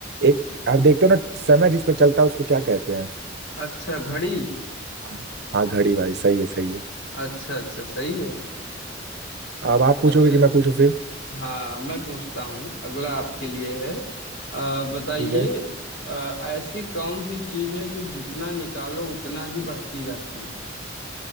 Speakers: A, on the right; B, on the left.
A: एक आप देखते हो ना समय जिस पे चलता है उसको क्या कहते हैं
B: अच्छा घड़ी
A: हाँ हाँ, घड़ी भाई सही है सही है
B: अच्छा अच्छा सही है
A: अब आप
B: चलो
A: पूछोगे
B: यार
A: कि मैं पूछूं फिर
B: हाँ मैं पूछता हूँ अगला आपके लिए है अ, बताइए
A: ठीक है
B: अ, ऐसी कौन सी चीज है जो जितना निकालो उतना ही बढ़ती जाती है